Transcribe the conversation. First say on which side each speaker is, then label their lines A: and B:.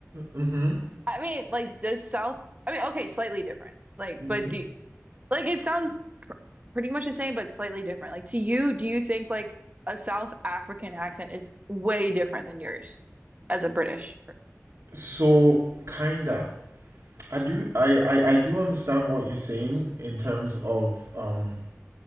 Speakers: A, on the right (about 65°); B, on the right (about 30°).
A: Mm-hmm.
B: I mean, like the South I mean, okay, slightly different. Like,
A: Mm-hmm.
B: but do, Like it sounds pr pretty much the same, but slightly different. Like to you, do you think like a South African accent is way different than yours as a British?
A: So kinda. I do I, I I do understand what you're saying in terms of um